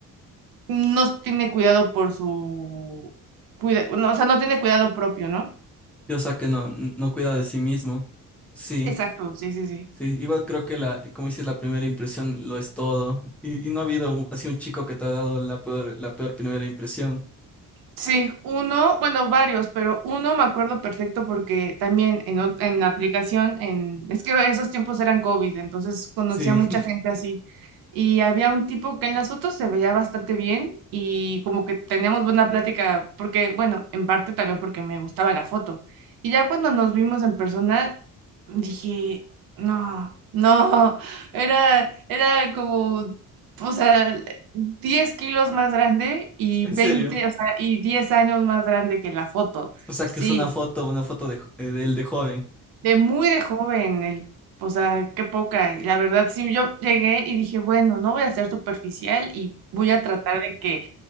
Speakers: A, on the right; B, in the centre.
A: no tiene cuidado por su, cuida, no, o sea, no tiene cuidado propio, ¿no?
B: Y, O sea que no, no cuida de sí mismo. Sí,
A: Exacto, sí, sí, sí.
B: sí, igual creo que la, como dices, la primera impresión lo es todo. Y, y no ha habido un- así un chico que te ha dado la peor, la peor primera impresión.
A: Sí, uno, bueno, varios, pero uno me acuerdo perfecto porque también en, ot- en la aplicación, en, es que esos tiempos eran COVID, entonces conocía
B: Sí,
A: mucha
B: <laughs>
A: gente así. Y había un tipo que en las fotos se veía bastante bien y como que teníamos buena plática, porque, bueno, en parte también porque me gustaba la foto. Y ya cuando nos vimos en persona, Dije, no, no, era, era como, o sea, 10 kilos más grande y veinte
B: en serio.
A: o sea, y diez años más grande que la foto.
B: O sea que
A: Sí,
B: es una foto, una foto de, jo- eh, de él de joven,
A: de muy de joven, el, o sea, qué poca. Y la verdad, sí, yo llegué y dije, bueno, no voy a ser superficial y voy a tratar de que